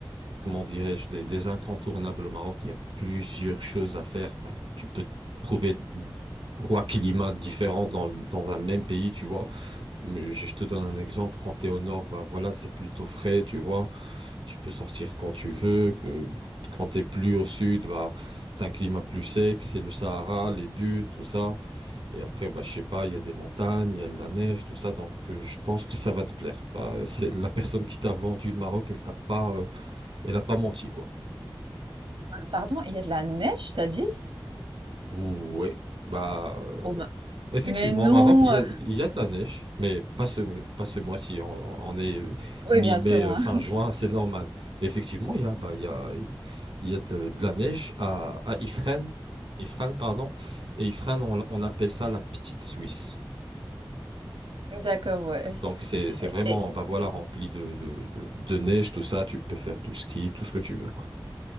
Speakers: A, on the right (about 70°); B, on the right (about 85°).
A: comment dirais-je, des, des incontournables au Maroc. Il y a plusieurs choses à faire. Ben, tu peux trouver trois climats différents dans, le- dans un même pays, tu vois. Mais je je te donne un exemple. Quand tu es au nord, bah voilà, c'est plutôt frais, tu vois. Tu peux sortir quand tu veux. que- Quand tu es plus au sud, bah, tu as un climat plus sec, c'est le Sahara, les dunes, tout ça. Et après, bah, je sais pas, il y a des montagnes, il y a de la neige, tout ça. Donc, euh, je pense que ça va te plaire. Bah, c'est la personne qui t'a vendu le Maroc, elle t'a pas, euh, elle a pas menti, quoi.
B: Euh, Pardon, il y a de la neige, t'as dit?
A: Ouais. Bah, euh,
B: Oh Ma-
A: effectivement,
B: mais non!
A: au Maroc, il y
B: euh,
A: a, il y a de la neige, mais pas ce, pas ce mois-ci. On, on est euh,
B: Oui,
A: mi-mai,
B: bien sûr,
A: euh,
B: hein.
A: fin
B: <laughs>
A: juin, c'est normal. Mais effectivement, il y a, bah, il y a, il y a de, de la neige à, à Ifrane, Ifrane, pardon. Et Ifrane, on, on appelle ça la petite Suisse.
B: D'accord, ouais.
A: Donc, c'est, c'est
B: Et-
A: vraiment,
B: et-
A: bah voilà, rempli de, de, de, de neige, tout ça. Tu peux faire du ski, tout ce que tu veux, quoi.